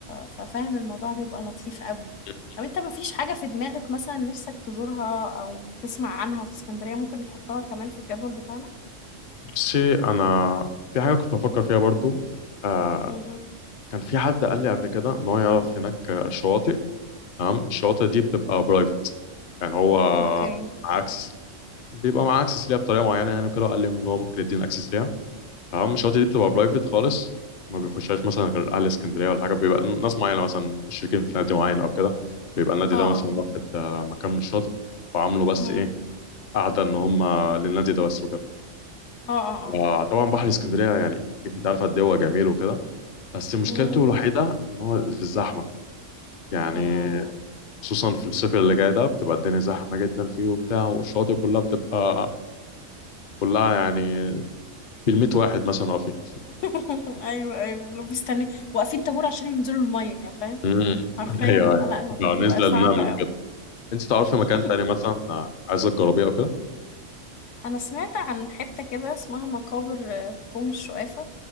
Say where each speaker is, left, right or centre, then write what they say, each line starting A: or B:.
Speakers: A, on the left; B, on the left.
A: ففاهم الموضوع بيبقى لطيف قوي
B: <laughs>
A: طب انت مفيش حاجة في دماغك مثلا نفسك تزورها أو تسمع عنها في اسكندرية ممكن نحطها كمان في الجدول بتاعنا؟
B: بصي انا في حاجه كنت بفكر فيها برضو آه
A: مم.
B: كان في حد قال لي قبل كده ان هو يعرف هناك آه، شواطئ تمام الشواطئ دي بتبقى برايفت يعني هو
A: اوكي
B: مع اكسس بيبقى مع اكسس ليها بطريقه معينه يعني وكده قال لي ان هو ممكن يدينا اكسس ليها تمام الشواطئ دي بتبقى برايفت خالص ما بيخشهاش مثلا غير اهل اسكندريه ولا حاجه بيبقى ناس معينه مثلا مشتركين في نادي معين او كده بيبقى النادي
A: اه
B: ده مثلا
A: اه
B: واخد آه، مكان من الشاطئ وعامله بس
A: مم.
B: ايه قاعده ان هم للنادي ده بس وكده
A: اه اه اه
B: آه طبعا بحر اسكندرية يعني انت عارف قد ايه هو جميل وكده بس مشكلته
A: مم.
B: الوحيدة ان هو في الزحمة يعني
A: مم.
B: خصوصا في الصيف اللي جاي ده بتبقى الدنيا زحمة جدا فيه وبتاع والشواطئ كلها بتبقى كلها يعني بالمية واحد مثلا واقفين
A: <laughs> ايوه ايوه لو بيستني واقفين طابور عشان ينزلوا الميه فاهم
B: امم
A: حرفيا
B: <laughs> ايوه ايوه
A: لا الموضوع
B: بالنسبة
A: بيبقى صعب
B: للنمل
A: قوي
B: كده انت تعرفي
A: <laughs>
B: مكان تاني مثلا عايزة تجربيه او كده؟
A: انا سمعت عن حته كده اسمها مقابر آه، كوم الشقافه